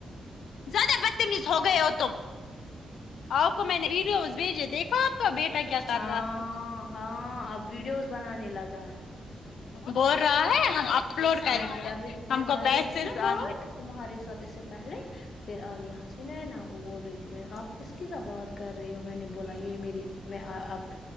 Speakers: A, on the left; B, on the left.
A: زیادہ بدتمیز ہو گئے ہو تم آپ کو میں نے ویڈیوز بھیجے دیکھا آ کا بیٹا کیا کر
B: ہاں
A: رہا تھا
B: ہاں اب ویڈیوز بنانے لگا ہے
A: بول رہا ہے اپلوڈ کریں
B: میں
A: گے
B: کر رہی میں
A: ہم کو
B: کر
A: پیسے
B: رہی تھی نا بات
A: آئیں گے
B: تمہاریے ساتھ اس سے پہلے پھر آ یہاں سے نےنا وہ بول رہی تھی میں آ اس کی سب بات کر رہی ہو میں نے بولا یہ میری میں اب